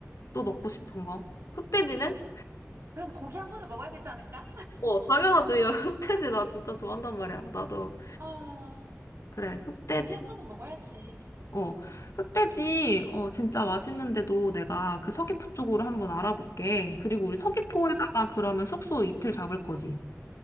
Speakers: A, on the left (about 80°); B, on the right (about 55°).
A: 또 먹고 싶은
B: 음,
A: 거. 흑돼지는?
B: 그럼 고기 한 번은 먹어야 되지 않을까?
A: 어, 당연하지. 야, <laughs> 흑돼지 나 진짜 좋아한단 말이야. 나도.
B: 아,
A: 그래, 흑돼지.
B: 고기 한 번은 먹어야지.
A: 어, 흑돼지, 어, 진짜 맛있는데도 내가 그 서귀포 쪽으로 한번 알아볼게. 그리고 우리 서귀포에다가
B: 어,
A: 그러면 숙소 이틀 잡을 거지.